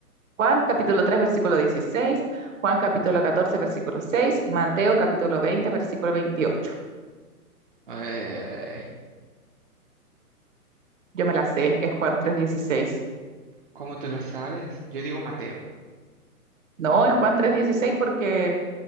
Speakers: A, on the right; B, on the right.
A: Juan capítulo 3 versículo 16. Juan capítulo 14 versículo 6. Mateo capítulo 20 versículo 28.
B: Eh,
A: Yo me la sé, es Juan tres dieciséis.
B: ¿cómo te la sabes? Yo digo Mateo.
A: No, es Juan tres dieciséis porque